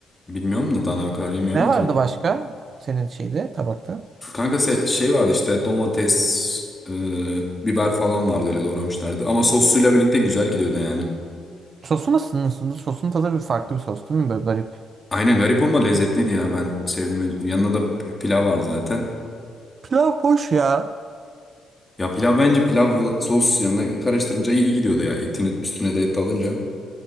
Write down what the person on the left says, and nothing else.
bilmiyorum da dana o kadar bilmiyorum.
Kanka se- şey vardı işte domates, e, biber falan vardı öyle doğramışlardı. Ama sosuyla birlikte güzel gidiyordu yani.
Aynen garip ama lezzetliydi ya ben sevdim. Yanında da pilav var zaten.
Ya pilav bence pilav sos yanına karıştırınca iyi gidiyordu ya. Etin üstüne de et alınca.